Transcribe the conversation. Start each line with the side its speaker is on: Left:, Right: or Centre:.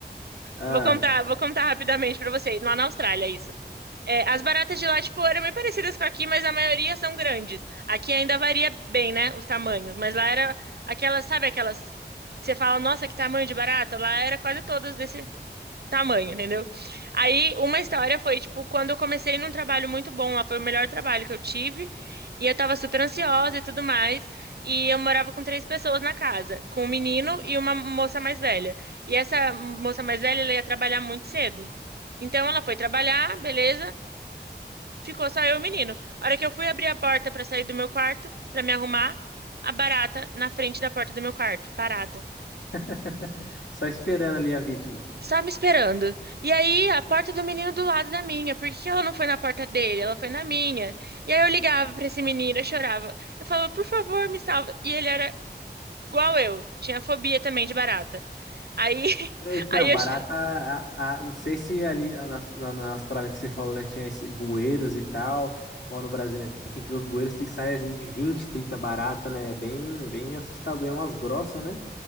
Left: ah,
Right: Vou contar, vou contar rapidamente pra você. Lá na Austrália, isso. É, as baratas de lá, tipo, eram bem parecidas com aqui, mas a maioria são grandes. Aqui ainda varia bem, né, os tamanhos, mas lá era aquelas, sabe aquelas que você fala, nossa, que tamanho de barata? Lá era quase todas desse tamanho, entendeu? Aí, uma história foi, tipo, quando eu comecei num trabalho muito bom lá, foi o melhor trabalho que eu tive, e eu tava super ansiosa e tudo mais, e eu morava com três pessoas na casa, com um menino e uma moça mais velha. E essa moça mais velha, ela ia trabalhar muito cedo. Então ela foi trabalhar, beleza? Ficou só eu e o menino. A hora que eu fui abrir a porta pra sair do meu quarto, pra me arrumar, a barata na frente da porta do meu quarto, parada.
Left: <laughs> Só esperando ali a vítima.
Right: Só me esperando. E aí, a porta do menino do lado da minha. Por que que ela não foi na porta dele? Ela foi na minha. E aí eu ligava pra esse menino, eu chorava. Eu falava, por favor, me salva. E ele era igual eu. Tinha fobia também de barata. Aí, <laughs>
Left: Então,
Right: aí
Left: barata,
Right: eu. che-
Left: a- a- não sei se ali na, na- na Austrália que você falou, né, tinha esse bueiros e tal, ou no Brasil, né, que a gente vê os bueiros, tem saias assim, de 20, 30 barata, né, bem, bem assustador, é umas grossas, né?